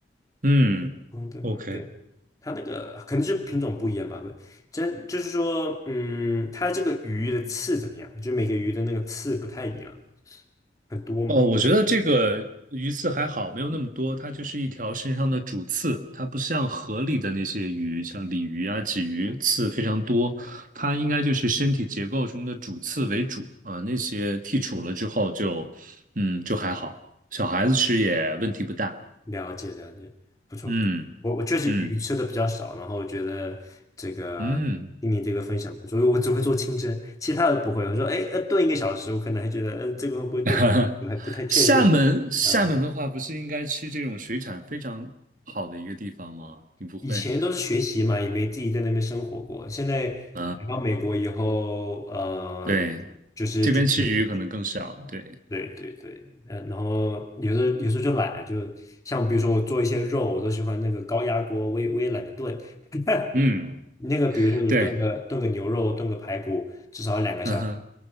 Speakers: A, on the right; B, on the left.
A: 嗯，OK。
B: Golden p o 对，它那个可能是品种不一样吧，不，真就是说，嗯，它这个鱼的刺怎么样？就每个鱼的那个刺不太一样，很多嘛。
A: 哦，我觉得这个鱼刺还好，没有那么多，它就是一条身上的主刺，它不像河里的那些鱼，像鲤鱼啊、鲫鱼，刺非常多，它应该就是身体结构中的主刺为主啊，那些剔除了之后就，嗯，就还好，小孩子吃也问题不大，
B: 了解了解，不错不错。
A: 嗯
B: 我我确实鱼吃的比较少，
A: 嗯
B: 然后我觉得这个听你这个分享不错，
A: 嗯。
B: 因为我只会做清蒸，其他的不会。我说，哎，要炖一个小时，我可能还觉得，呃，这个会不会炖？
A: <laughs>
B: 我还不太确定。
A: 厦门，厦门的话，
B: 呃。
A: 不是应该吃这种水产非常好的一个地方吗？你不会？
B: 以前都是学习嘛，也没自己在那边生活过。现在来到美国以后，
A: 啊
B: 嗯、
A: 对，
B: 就是就是
A: 这边吃鱼可能更少。对，
B: 对对对，嗯，然后有时候有时候就懒，就像比如说我做一些肉，我都喜欢那个高压锅，我也我也懒得炖。<laughs>
A: 嗯，
B: 那个比如说你炖个炖个牛肉，
A: 对，
B: 炖个排骨，至少要两个小时，
A: 嗯哼，